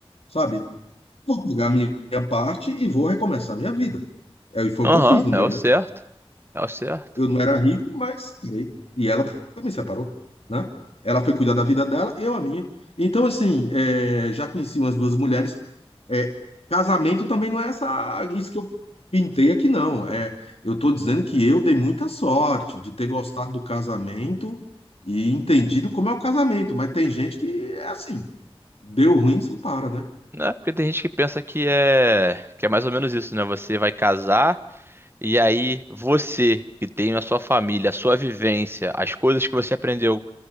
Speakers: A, on the left; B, on the right.
A: sabe? Vou pegar a minha minha parte e vou recomeçar a minha vida. É, e foi
B: aham,
A: o que eu fiz no
B: é
A: meu,
B: o
A: né?
B: certo, é o certo.
A: Eu não era rico, mas casei. E ela também separou, né? Ela foi cuidar da vida dela e eu a minha. Então, assim, é, já conheci umas duas mulheres. É, casamento também não é essa, isso que eu pintei aqui, não. É, eu estou dizendo que eu dei muita sorte de ter gostado do casamento e entendido como é o casamento. Mas tem gente que é assim, deu ruim, separa, né?
B: Né? Porque tem gente que pensa que é que é mais ou menos isso, né? Você vai casar e aí você que tem a sua família, a sua vivência, as coisas que você aprendeu